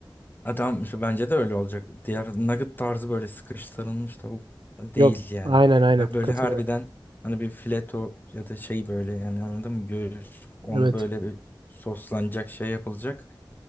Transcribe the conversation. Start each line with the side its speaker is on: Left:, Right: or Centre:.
Left: Adam şu bence de öyle olacak. Diğer nugget tarzı böyle sıkıştırılmış tavuk değil
Right: Yok
Left: yani.
Right: aynen aynen
Left: E, Böyle
Right: katılıyorum.
Left: harbiden hani bir fileto ya da şey böyle yani anladın mı? Göğüs onu
Right: Evet.
Left: böyle bir soslanacak şey yapılacak.